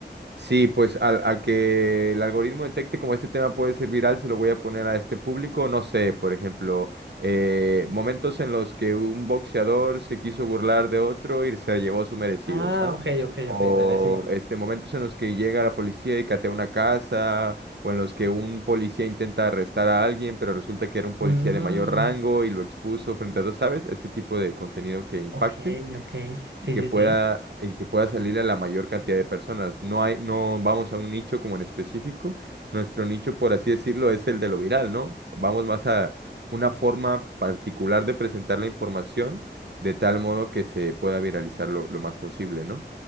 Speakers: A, on the right (about 65°); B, on the right (about 80°).
A: Sí, pues al- a, que el algoritmo detecte como este tema puede ser viral, se lo voy a poner a este público. No sé, por ejemplo, eh, momentos en los que un boxeador se quiso burlar de otro y se llevó su merecido,
B: Ah,
A: ¿sabes?
B: ok, ok,
A: O
B: ok, dale, sí.
A: este, momentos en los que llega la policía y catea una casa, o en los que un policía intenta arrestar a alguien, pero resulta que era un policía
B: Mm,
A: de mayor rango y lo expuso frente a dos, ¿sabes? Este tipo de contenido que impacte
B: ok, ok, sí,
A: y que
B: sí,
A: pueda,
B: sí.
A: y que pueda salir a la mayor cantidad de personas. No hay, no vamos a un nicho como en específico. Nuestro nicho, por así decirlo, es el de lo viral, ¿no? Vamos más a una forma particular de presentar la información de tal modo que se pueda viralizar lo, lo más posible, ¿no?